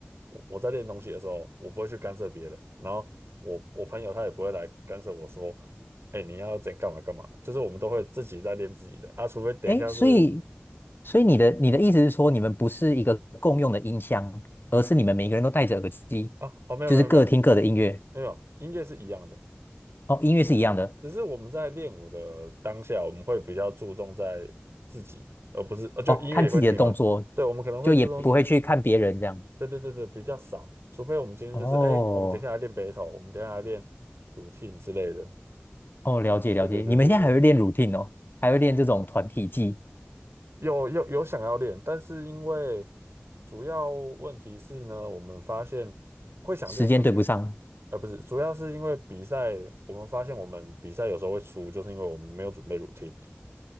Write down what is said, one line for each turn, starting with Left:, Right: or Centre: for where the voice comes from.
Right: 我我在练东西的时候，我不会去干涉别人，然后我我朋友他也不会来干涉我说，哎、你要怎干嘛干嘛，就是我们都会自己在练自己的啊，除非等一下是
Left: 哎，所以，所以你的你的意思是说，你们不是一个共用的音箱，而是你们每个人都戴着耳机，
Right: 啊，哦没有没有没有
Left: 就是各听各的音乐。
Right: 没有，音乐是一样的。
Left: 哦，音乐是一样的。
Right: 只是我们在练舞的当下，我们会比较注重在自己，而不是呃，就音乐也会听嘛。
Left: 哦，看自己的动作，
Right: 对，我们可能会注重说，
Left: 就也不会去看别人这样。
Right: 对对对对，比较少，除非我们今天就是，
Left: 哦
Right: 哎，我们等一下来练 battle，我们等一下来练 routine 之类的。
Left: 哦，了解了解。
Right: 对对对对对，
Left: 你们现在还会练 routine 哦，还会练这种团体技，
Right: 有有有想要练，但是因为主要问题是呢，我们发现会想练，
Left: 时间对不上
Right: 就是因呃不是，主要是因为比赛，我们发现我们比赛有时候会输，就是因为我们没有准备 routine。